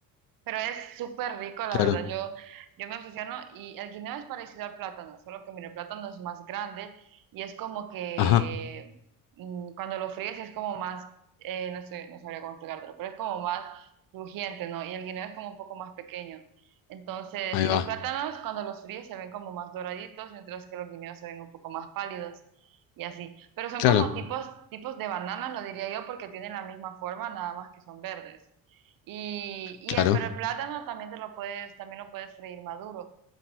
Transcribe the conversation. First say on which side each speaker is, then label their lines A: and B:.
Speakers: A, on the right; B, on the left.
A: Pero es súper rico, la
B: claro.
A: verdad. Yo, yo me obsesiono y el guineo es parecido al plátano, solo que mira, el plátano es más grande y es como que
B: Ajá,
A: mm, cuando lo fríes es como más, eh, no sé, no sabría cómo explicártelo, pero es como más crujiente, ¿no? Y el guineo es como un poco más pequeño. Entonces,
B: ahí
A: y
B: va.
A: los plátanos cuando los fríes se ven como más doraditos, mientras que los guineos se ven un poco más pálidos y así. Pero son
B: Claro,
A: como tipos, tipos de bananas, lo diría yo, porque tienen la misma forma, nada más que son verdes. Y, y
B: claro.
A: el, pero el plátano también te lo puedes, también lo puedes freír maduro.